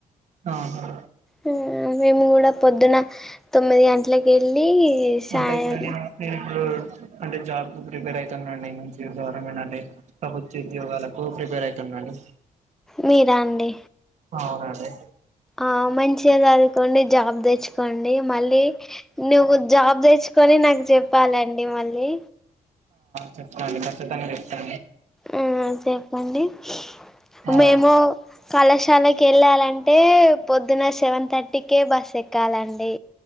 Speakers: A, on the right (about 55°); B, in the centre.
A: ఆహా
B: హమ్ మేము కూడా పొద్దున తొమ్మిది గంటలకి వెళ్ళి సాయం
A: అంటే ఇప్పుడు నేను నేను ఇప్పుడు అంటే జాబ్ కు ప్రిపేర్ అయితనండి ఇంకా నుంచి గవర్నమెంట్ అంటే ప్రభుత్వ ఉద్యోగాలకు ప్రిపేర్ అయితున్నాండీ
B: మీరాండి
A: అవునండి
B: ఆ మంచిగాది చదువుకోండి జాబ్ తెచ్చుకో కోండి మళ్ళీ నువ్వు జాబ్ తెచ్చుకొని నాకు చెప్పాలండి మళ్ళీ
A: చెప్తా అండి కచ్చితంగా చెప్తా
B: ఆ చెప్పండి <unintelligible>
A: ఆ
B: మేము కళాశాలకి కేళ్ళాలంటే పొద్దున సెవెన్ థర్టీకే బస్ ఎక్కాలండి